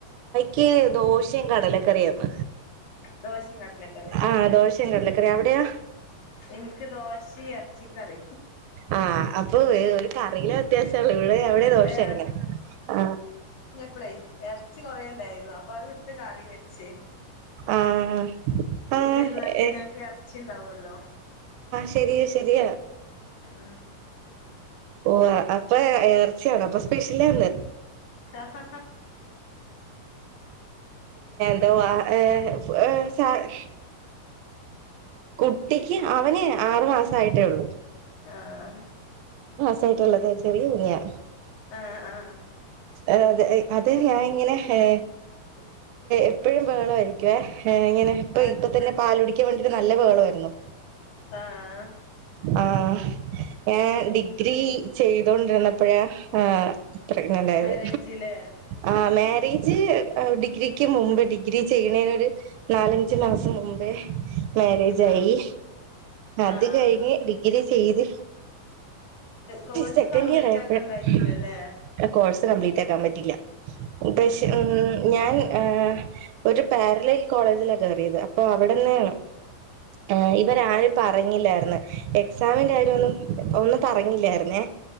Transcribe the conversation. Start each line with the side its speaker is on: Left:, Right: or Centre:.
Right: ക് ദോസ്‌ ഷിം കടല കറിയെന്നു
Left: ദോശയും കടലക്കറിയും
Right: ആ ദോശ കടല കറിയെനിം എവിടെയാ
Left: എനിക്ക് ദോഷിം എ ചിക്കറി
Right: ആ അപ്പൊ ഒരു കറയിലെ വ്യത്യാസള്ളു ഇവിടെ ഇവിടെ ദോഷയന്നെ
Left: ഏ
Right: ആ
Left: പ്ലെയ് കുറേണ്ടായിരുന്നു അപ്പൊ അത് ത് കറി വെച് ച്ച്
Right: ആഹ് ആഹ്
Left: ഈ പെരുന്നാക്ക്
Right: ഏഹ്
Left: ഞങ്ങക്ക് എറച്ചിണ്ടാവോല്ലോ
Right: ശരിയ ശരിയാ
Left: ഉം
Right: ഓ അപ്പൊ എ എർച്ച്യാണോഅപ്പ സ്പെഷ്യലാന്ന്
Left: ആഹ്
Right: ണ്ടുവാ ഏഹ് സ- കുട്ടിക്ക് അവന് ആറ് മാസായിട്ടേ ഉള്ളൂ
Left: ആഹ്
Right: സായിട്ടുള്ളത് ചെറിയ തുണിയാ
Left: ആഹ് ആഹ്
Right: ആഹ് അതെ അത് ഞാൻ ഇങ്ങനെ ഹേ എപ്പഴും ബഹളമായിരിക്കുവേ ഇങ്ങനെ ഇപ്പ
Left: ആഹ്
Right: ഇപ്പ തന്നെ പാലുടി- ക്ക് വേണ്ടീട്ട് നല്ല ബഹളായിരുന്നു
Left: ആഹ്
Right: ആഹ് ഞാൻ ഡിഗ്രി ചെയ്തോണ്ടിരുന്നപ്പഴാ ആഹ് പ്രഗ്നന്റ് ആയത്
Left: മാരേജില്ലേ
Right: ആന്നേ മാരേജ് ഡിഗ്രിക്ക് മുമ്പ് ഡിഗ്രി ചെയ്യണേന് ഒരു നാലഞ്ച് മാസം മുമ്പേ മാരേജ്
Left: ആഹ്
Right: ആയി അത്
Left: ആഹ്
Right: കഴിഞ്ഞ് ഡിഗ്രി- ചെയ്ത്
Left: കോഴ്സ്
Right: സെക്കൻഡ്
Left: കംപ്ലീറ്റ്
Right: ഇയർ ആയപ്പഴ
Left: ആക്കാൻ കഴിഞ്ഞില്ലല്ലേ
Right: കോഴ്സ് കപ്ലീറ്റ്- പറ്റിയില്ല പക്ഷ ഉം ഞാൻ ആ ഒരു പാരലൈൽ കോളേജിലാ കേറിയത് അപ്പൊ അവിടെന്നെയാണ് ആ ഇവര് ആരും പറഞ്ഞില്ലായിന്ന് എക്സാമിന്റെ കാര്യം ഒന്നും ഒന്ന- പറഞ്ഞില്ലായിരുന്നു പിന്നെ